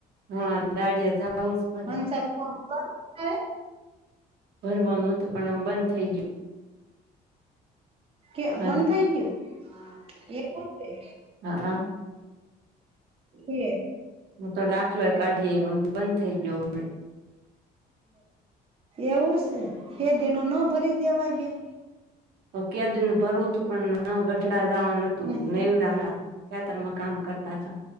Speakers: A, on the right (about 75°); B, on the right (about 35°).
A: હા, દાડિયાએ જાવું જ પડે.
B: હંસા
A: ભરવાનું હતુ પણ હવ બંધ થઈ ગયું.
B: કે
A: ગયું
B: બંધ થઈ ગયું, હા એવું તે. <inaudible>
A: હા હા
B: એ
A: હું તો દાખલો એ કાઢી આયવી પણ બંધ થઈ ગયો હવે
B: એવું છે, બે દનું ના ભરી દેવાય બેન.
A: કદી ન ભરવું હતું, પણ ગઢડા જવા નતું,
B: બેન
A: નવરાના ખેતર માં કામ કરતા. હતા